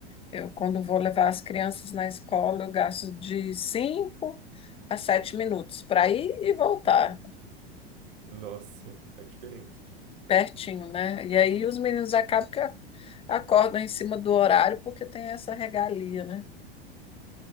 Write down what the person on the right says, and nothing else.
Nossa, <laughs> a diferença.